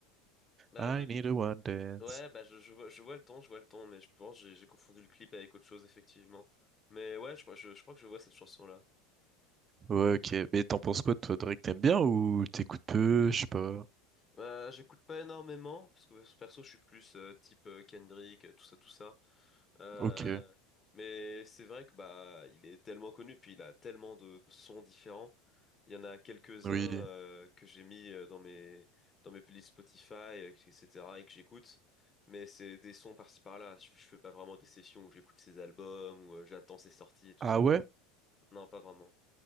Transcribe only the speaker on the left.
bah,
de-
ouais, bah, je, je vois, je vois le ton, je vois le ton, mais je pense que j'ai j'ai confondu le clip avec autre chose, effectivement. Mais ouais, je crois, je, je crois que je vois cette chanson-là.
Euh, j'écoute pas énormément parce que perso je suis plus euh, type euh, Kendrick, euh, tout ça, tout ça. Euh,
mais c'est vrai que bah il est tellement connu puis il a tellement de, de sons différents. Il y en a quelques-uns
euh, que j'ai mis euh, dans mes dans mes playlists Spotify, euh, etc. et que j'écoute. Mais c'est des sons par-ci par-là. Je, je fais pas vraiment des sessions où j'écoute ses albums ou euh, j'attends ses sorties et tout
ça.
Non, pas vraiment.